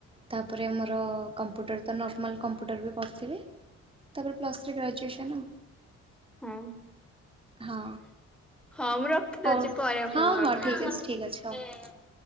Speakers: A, on the right; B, in the centre.
A: ତାପରେ ମୋର କମ୍ପୁଟର ତ ନର୍ମାଲ କମ୍ପୁଟର ବି କରିଥିବେ ତାପରେ ପ୍ସ ଥ୍ରୀ ଗ୍ରେଜୁଏସନ
B: ହଁ।
A: ହଁ
B: ହଁ ମୁଁ ରଖିଦଉଛି
A: ହ
B: ପରେ ଆପଣଙ୍କୁ
A: ହଁ ହଁ
B: କଲ୍ କରୁଛି।
A: ଠିକ ଅଛି ଠିକ୍ ଅଛି ହଉ